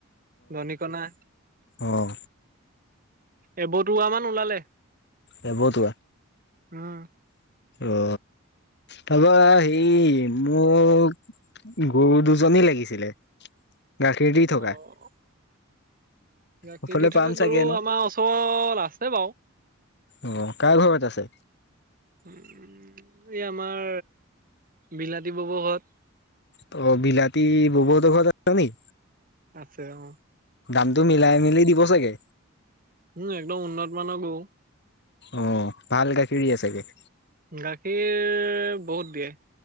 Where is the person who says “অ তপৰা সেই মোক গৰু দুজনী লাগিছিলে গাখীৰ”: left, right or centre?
Left